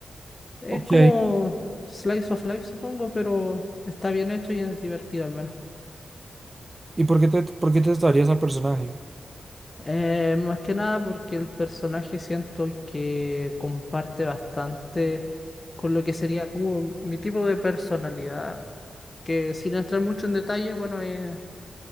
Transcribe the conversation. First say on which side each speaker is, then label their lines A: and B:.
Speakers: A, on the left; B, on the right.
A: Es
B: Ok.
A: como Slice of Life, supongo, pero está bien hecho y es divertido al menos.
B: ¿Y por qué te, por qué te tatuarías al personaje?
A: Eh, más que nada porque el personaje siento que comparte bastante con lo que sería como mi tipo de personalidad, que sin entrar mucho en detalles, bueno, eh,